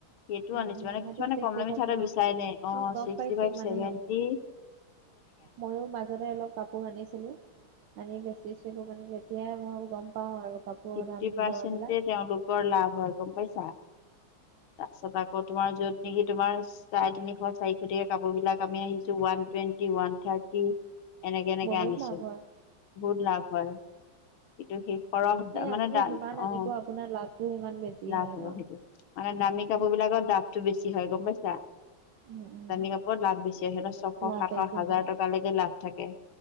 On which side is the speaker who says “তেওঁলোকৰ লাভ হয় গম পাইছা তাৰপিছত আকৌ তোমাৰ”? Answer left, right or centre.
Left